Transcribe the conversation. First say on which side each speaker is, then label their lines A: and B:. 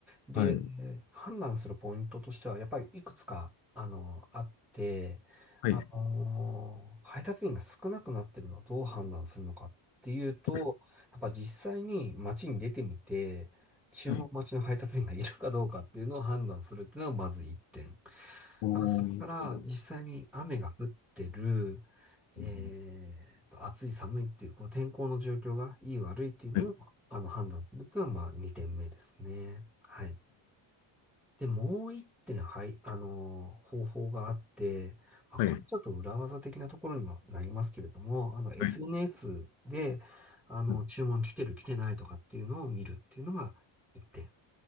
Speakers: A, in the centre; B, on the left.
A: で、
B: はい。
A: 判断するポイントとしては、やっぱりいくつか、あのあって、
B: はい。
A: あのー配達員が少なくなってるのをどう判断するのかっていうと、
B: はい。
A: やっぱ実際に街に出てみて、注文待ちの配達員がいるかどうかっていうのを判断するっていうのはまず一点。
B: はい。おー、
A: あ、それから実際に雨が降ってる。
B: なるほど。
A: えーと、
B: うん
A: 暑い寒いっていう、こう天候の状況がいい悪いっていうのを、
B: はい。
A: あの、判断するっていうのは、まあ、2点目ですね。はい。で、もう1点、はい、あの方法があって、まあ、
B: はい。
A: これちょっと裏技的なところにもなりますけれども、あの、SNS
B: はい。
A: で、あの、
B: はい
A: 注文来てる来てないとかっていうのを見るっていうのが1点。